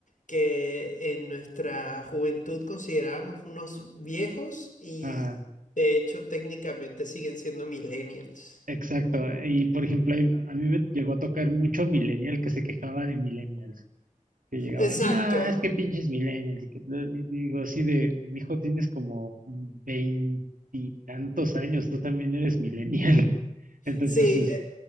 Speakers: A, on the left; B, on the right.
A: que en nuestra juventud considerábamos unos viejos y
B: Am, ajá,
A: de hecho técnicamente siguen siendo millennials.
B: exacto. Y por ejemplo, ahí- a mí me llegó a tocar mucho millennial que se quejaba de millennials. Que llegaban,
A: Exacto.
B: nah, es que pinches millennials. Y que bla- y digo así de, mijo, tienes como veintitantos años, tú también eres millennial. <laughs> Entonces,
A: Sí,
B: es,
A: eh,